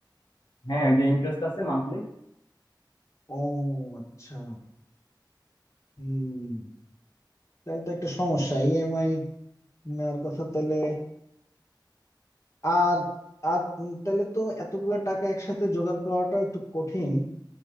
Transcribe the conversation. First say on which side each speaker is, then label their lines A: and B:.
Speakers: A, on the left (about 65°); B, on the left (about 40°).
A: হ্যাঁ ওই যে ইন্টারেস্ট আছে মান্থলি
B: ও আচ্ছা হুম তাহলে তো একটা সমস্যা ইএমআই নেওয়ার কথা তাহলে আর আর উম তাহলে তো এতগুলা টাকা একসাথে জোগাড় করাটা একটু কঠিন